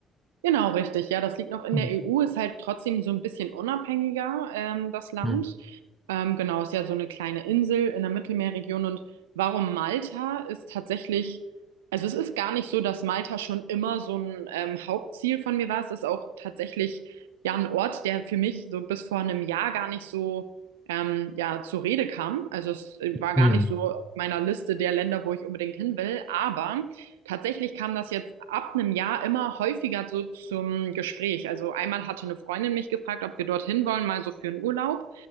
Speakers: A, on the right (about 75°); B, in the centre.
A: Genau, richtig. Ja, das liegt noch in
B: Mhm.
A: der EU, ist halt trotzdem so ein bisschen unabhängiger, ähm, das Land.
B: Mhm.
A: Ähm, genau, ist ja so eine kleine Insel in der Mittelmeerregion. Und warum Malta ist tatsächlich, also es ist gar nicht so, dass Malta schon immer so ein ähm, Hauptziel von mir war. Es ist auch tatsächlich ja ein Ort, der für mich so bis vor einem Jahr gar nicht so ähm, ja zur Rede kam. Also es äh, war
B: Mhm.
A: gar nicht so auf meiner Liste der Länder, wo ich unbedingt hin will. Aber Tatsächlich kam das jetzt ab einem Jahr immer häufiger so zum Gespräch. Also einmal hatte eine Freundin mich gefragt, ob wir dorthin wollen, mal so für einen Urlaub.